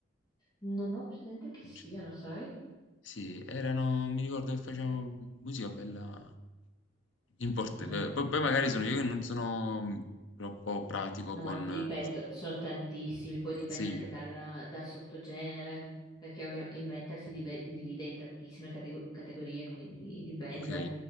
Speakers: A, on the left; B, on the left.
A: Non ho presente chi siano,
B: Sì,
A: sai?
B: sì, erano, mi ricordo che facevano musica bella import
A: Non ho proprio
B: Poi poi
A: presente.
B: magari sono io che non sono mm, troppo pratico
A: No,
B: con
A: ma ti ripeto, sono tantissimi, poi dipende
B: sì,
A: anche dal, dal sottogenere, perché ovviamente il metal si dive- divide in tantissime catego- categorie, quindi dipende.
B: ok.